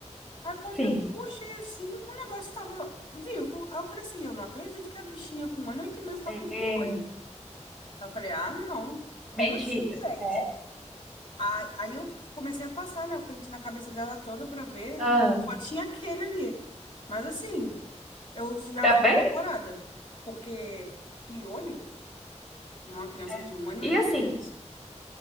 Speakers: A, on the left; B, in the centre.
A: Aí quando
B: Sim.
A: eu puxei assim, o negócio tava vivo. Aí eu falei assim, eu não acredito que a bichinha com um ano e oito meses tá
B: É,
A: com piolho. Aí eu falei, ah, não. Como
B: Mentira.
A: assim, gente?
B: é,
A: Aí, aí eu comecei a passar, né, o pente na cabeça dela toda pra ver.
B: Ah,
A: Só tinha aquele ali. Mas assim, eu já
B: tá
A: fiquei
B: bem?
A: apavorada. Porque piolho, numa criança
B: é.
A: de um ano
B: E
A: e oito
B: assim,
A: meses,